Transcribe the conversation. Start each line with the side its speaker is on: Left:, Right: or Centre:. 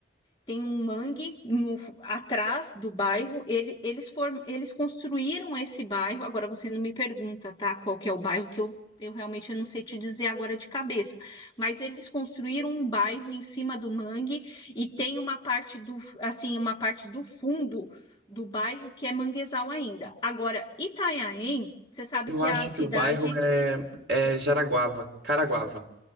Left: tem um mangue no- atrás do bairro. Ele- eles, form- eles construíram esse bairro. Agora você não me pergunta, tá? Qual que é o bairro que eu, eu realmente não sei te dizer agora de cabeça. Mas eles construíram um bairro em cima do mangue e tem uma parte do, assim, uma parte do fundo do bairro que é manguezal ainda. Agora, Itanhaém, você sabe
Right: Eu
Left: que
Right: acho
Left: é a cidade
Right: que o bairro é, é Jaraguava, Caraguava,